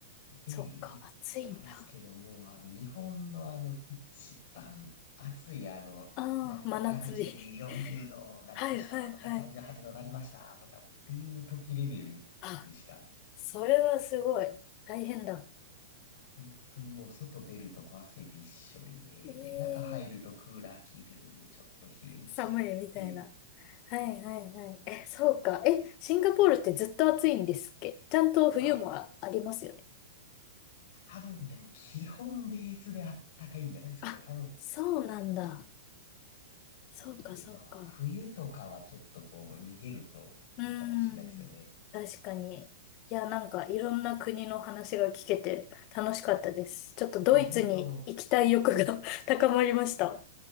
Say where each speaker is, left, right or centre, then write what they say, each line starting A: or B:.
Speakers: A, on the left; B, on the left.
A: で、
B: そっか、
A: 行ったんですけども、
B: 暑いんだ。
A: あの、日本のあの、一番暑い、あの、
B: ああ、
A: なんかこう、
B: 真夏日。
A: 各地で40度なりましたとか、
B: <laughs> はいはいはい。
A: 38度なりましたとかっていう時レベルでした。
B: あ、それはすごい。大変だ。
A: 本当にもう外出るとこ汗びっしょりね。
B: ええ
A: で、中入るとクーラー効いてるんでちょっと冷えるしっていう。
B: 寒いみたいな。はいはいはい。え、そうか。え、シンガポールってずっと暑いんですっけちゃんと冬もあ、
A: あ、
B: ありますよね。
A: 多分でも基本ベースであったかいんじゃないですかね。
B: あ、
A: 多分。
B: そうなんだ。そうかそうか。
A: なのでまあ、冬とかはちょっとこう逃げるといいかもしれないですよね。
B: うーん。確かに。いや、なんかいろんな国の話が聞けて楽しかったです。ちょっとドイツに行きたい欲が
A: いや、本当、
B: <laughs> 高まりました。